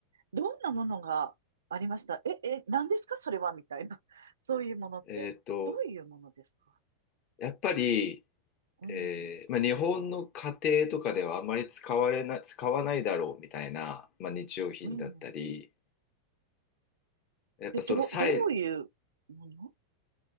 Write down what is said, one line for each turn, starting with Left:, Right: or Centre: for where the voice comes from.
Right: どんなものがありましたえ、え、何ですかそれはみたいな。<laughs> そういうものって。
Left: えっと、
Right: どういうものですか
Left: やっぱり、
Right: うん。
Left: えーまあ、日本の家庭とかではあまり使われな、使わないだろうみたいな、まあ、日用品だったり、
Right: うん。
Left: やっぱそのさい、
Right: で、ど、どういうもの